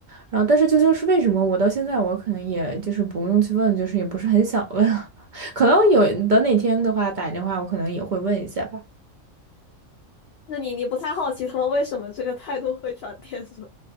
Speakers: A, on the right; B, on the left.
A: 然后，但是究竟是为什么，我到现在我可能也就是不用去问，就是也不是很想问。<laughs> 可能有等哪天的话打电话，我可能也会问一下吧。
B: 那你你不太好奇他们为什么这个态度会转变是吧